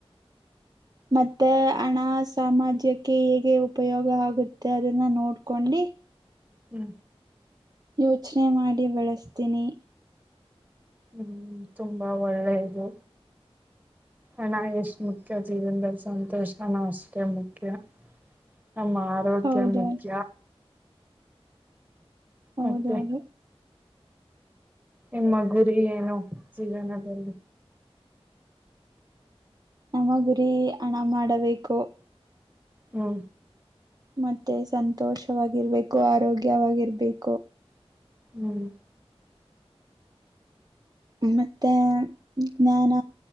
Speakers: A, on the right; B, on the right.
A: ಮತ್ತೆ ಹಣ ಸಾಮಾಜ್ಯಕ್ಕೆ ಹೇಗೆ ಉಪಯೋಗ ಆಗುತ್ತೆ ಅದನ್ನ ನೋಡ್ಕೊಂಡಿ <inaudible>
B: ಹ್ಮ್
A: ಯೋಚ್ನೆ ಮಾಡಿ ಬಳಸ್ತೀನಿ
B: ಹ್ಮ್ ತುಂಬಾ ಒಳ್ಳೆದು ಹಣಾ ಎಷ್ಟು ಮುಖ್ಯ ಜೀವಂದಲ್ ಸಂತೋಷನೂ ಅಷ್ಟೇ ಮುಖ್ಯ
A: <inaudible>
B: ನಮ್ಮ ಆರೋಗ್ಯ
A: ಹೌದು
B: ಮುಖ್ಯ
A: ಹೌದೌದು
B: ಮತ್ತೆ ನಿಮ್ಮ ಗುರಿ ಏನು ಜೀವನದಲ್ಲಿ
A: ನಮ್ಮ ಗುರಿ ಹಣ ಮಾಡಬೇಕು
B: ಹ್ಮ
A: ಮತ್ತೆ ಸಂತೋಷವಾಗಿರ್ಬೇಕು ಆರೋಗ್ಯವಾಗಿರ್ಬೇಕು
B: ಹ್ಮ್
A: ಮತ್ತೆ ಜ್ಞಾನ